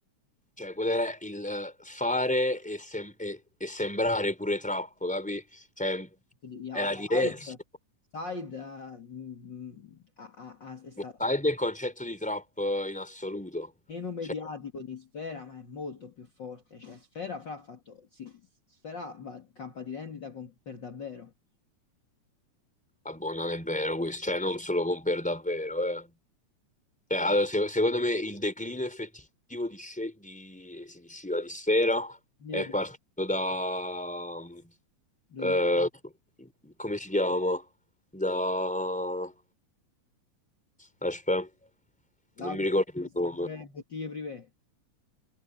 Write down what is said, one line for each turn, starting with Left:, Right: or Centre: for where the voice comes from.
Centre: cioè, quello era il eh, fare e, sem- e- e sembrare pure trap, capi? Cioè,
Left: Yeah,
Centre: era
Left: Side,
Centre: diverso.
Left: Side ah, mm, ha- ha- ha- è stato
Centre: Sai del concetto di trap eh, in assoluto?
Left: meno mediatico
Centre: Cioè,
Left: di Sfera, ma è molto più forte. Cioè, Sfera fra ha fatto, sì, Sfera va, campa di rendita con- per davvero.
Centre: ah, boh, non è vero questo, cioè, non se lo compare davvero, eh. Cioè, allora, se- secondo me il declino effettivo di, sce- di, sì, di Sciva, di Sfera
Left: Quindi
Centre: è
Left: è
Centre: partito da... mm,
Left: 2000.
Centre: eh, come si chiama? Da... Aspetta,
Left: L'altro
Centre: non mi ricordo il
Left: è stato
Centre: nome.
Left: pure bottiglie privé.